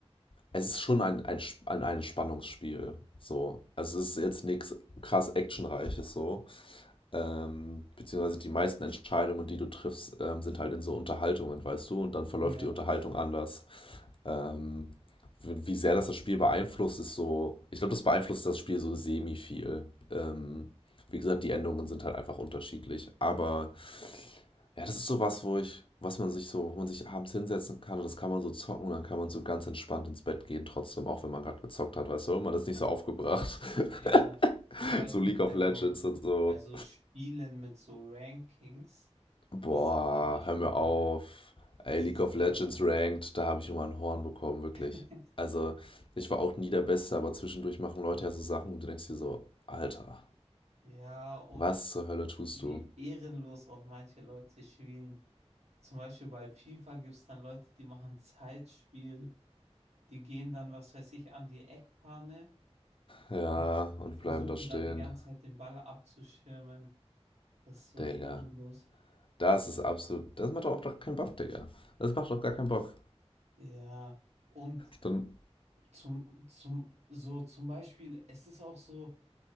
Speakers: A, on the left; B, on the right.
A: Es ist schon ein, ein, Sp- ein, ein Spannungsspiel. So. Also es ist jetzt nichts krass actionreiches so. Ähm, beziehungsweise die meisten Entscheidungen, die du triffst, ähm, sind halt in so Unterhaltungen, weißt du, und dann verläuft
B: Ja.
A: die Unterhaltung anders. Ähm, wie wie sehr das das Spiel beeinflusst, ist so, ich glaube, das beeinflusst das Spiel so semi viel. Ähm, wie gesagt, die Endungen sind halt einfach unterschiedlich, aber ja, das ist sowas, wo ich, was man sich so, wo man sich abends hinsetzen kann und das kann man so zocken und dann kann man so ganz entspannt ins Bett gehen, trotzdem, auch wenn man gerade gezockt hat, weißt du, man ist nicht so aufgebracht. <laughs>
B: Ja, zum Beispiel
A: So League
B: bei
A: of Legends
B: so,
A: und so.
B: bei so Spielen mit so Rankings,
A: Boah,
B: das ist immer schlimm.
A: hör mir auf. Ey,
B: Das
A: League
B: ist
A: of Legends
B: sehr schlimm.
A: Ranked, da habe ich immer ein Horn bekommen, wirklich.
B: <laughs>
A: Also, ich war auch nie der Beste, aber zwischendurch machen Leute ja so Sachen und du denkst dir so, Alter,
B: Ja, und
A: was zur Hölle tust
B: wie
A: du?
B: ehrenlos auch manche Leute spielen. Zum Beispiel bei FIFA gibt es dann Leute, die machen Zeitspiel, die gehen dann, was weiß ich, an die Eckfahne
A: Ja,
B: und
A: und
B: versuchen
A: bleiben da stehen.
B: da die ganze Zeit den Ball abzuschirmen. Das ist so
A: Digga,
B: ehrenlos.
A: das ist absolut, das macht doch auch gar keinen Bock, Digga. Das macht doch gar keinen Bock.
B: Ja, und
A: Dann,
B: Zum, zum, so zum Beispiel, es ist auch so,